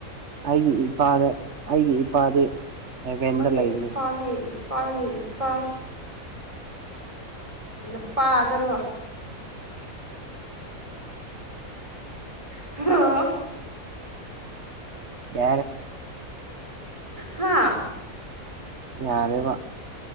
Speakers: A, on the right (about 55°); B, on the right (about 20°).
A: ꯑꯩꯒꯤ ꯏꯄꯥꯗ ꯑꯩꯒꯤ ꯏꯄꯥꯗꯤ ꯍꯦꯚꯦꯟꯗ
B: ꯅꯪꯉ
A: ꯂꯩꯕꯅꯤ
B: ꯏꯄꯥ ꯅꯪꯉ ꯏꯄꯥ ꯅꯪꯉ ꯏꯄꯥ ꯅꯄꯥꯥꯗꯔꯣ ꯍꯜꯂ‌ꯣ
A: ꯌꯥꯔ‌ꯦ
B: ꯍꯥ
A: ꯌꯥꯔ‌ꯦꯕ